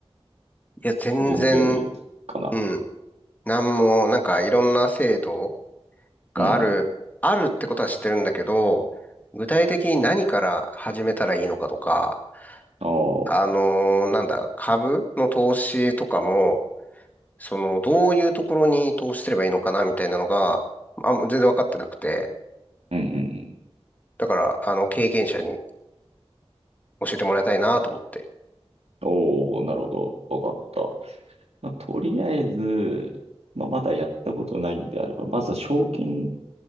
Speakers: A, on the left (about 15°); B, on the right (about 80°).
A: いや、全然、
B: 全然かな。
A: うん。なんも、なんかいろんな制度がある、
B: うん。
A: あるってことは知ってるんだけど、具体的に何から始めたらいいのかとか、
B: ああ、
A: あのーなんだ、株の投資とかも、その、どういうところに投資すればいいのかな、みたいなのが、あん、全然分かってなくて、
B: うんうん。
A: だから、あの、経験者に教えてもらいたいなと思って。
B: おお、なるほど。わかった。まあ、とりあえず、まあ、まだやったことないんであれば、まずは証券